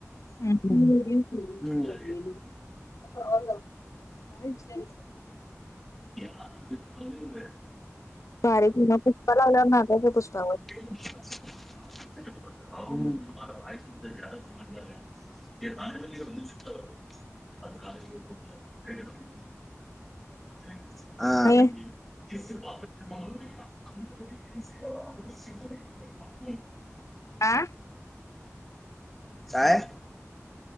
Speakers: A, on the left (about 70°); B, in the centre.
A: <inaudible> <unintelligible>
B: हम्म
A: <unintelligible>
B: <unintelligible>
A: बारीेकीनपुस्प लावयला ना जातंय त्या पुस््पावर
B: <unintelligible> <unintelligible> आं
A: आणि
B: स <inaudible> हम्
A: आ
B: काय